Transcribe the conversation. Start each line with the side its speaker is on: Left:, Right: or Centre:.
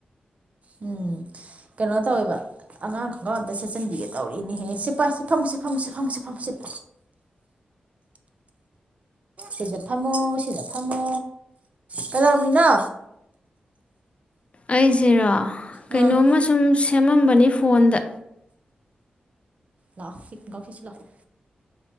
Right: ꯎꯝ ꯀꯩꯅꯣ ꯇꯧꯋꯦꯕ ꯑꯉꯥꯡ ꯈꯪꯒ ꯑꯝꯇ ꯁꯦꯠꯆꯤꯟꯕꯤꯒꯦ ꯇꯧꯔꯤꯅꯦꯍꯌꯦ ꯁꯤꯦ ꯄꯥꯏ ꯁꯤꯦ ꯐꯝꯃꯨꯁꯦ ꯐꯝꯃꯨꯁꯦ ꯐꯝꯃꯨꯁꯦ ꯐꯝꯃꯨ ꯁꯤꯗ ꯁꯤꯗ ꯐꯝꯃꯣ ꯁꯤꯗ ꯊꯝꯃꯣ ꯀꯗꯧꯃꯤꯅꯣ
Left: ꯑꯩꯁꯤꯔꯣ ꯀꯩꯅꯣꯝꯃ
Right: ꯎꯝ
Left: ꯁꯨꯝ ꯁꯦꯝꯃꯝꯕꯅꯤ ꯐꯣꯟꯗ
Right: ꯂꯥꯛ ꯀꯥꯎꯁꯤꯤꯁꯂꯥꯛꯑꯣ